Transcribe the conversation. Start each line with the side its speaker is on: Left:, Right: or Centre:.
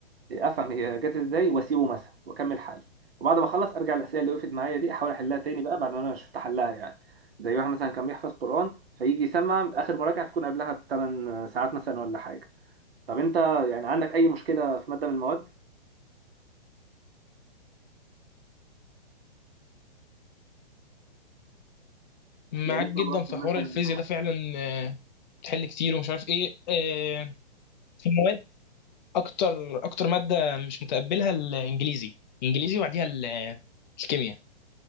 Right: افهم هي جت ازاي واسيبه مثلا واكمل حل وبعد ما اخلص ارجع الاسئله اللي وقفت معايا دي احاول احلها تاني بقى بعد ما انا شفت حلها يعني زي واحد مثلا كان بيحفظ قران فيجي يسمع اخر مراجعه تكون قبلها بثمان ساعات مثلا ولا حاجه طب انت يعني عندك اي مشكله في ماده من المواد
Left: معاك
Right: يعني انت
Left: جدا
Right: مراكم
Left: في حوار
Right: مثلا
Left: الفيزياء ده فعلا آه، بتحل كتير ومش عارف ايه آه، في المواد اكتر اكتر مادة مش متقبلها الانجليزي الانجليزي وبعديها ال- آه، الكيمياء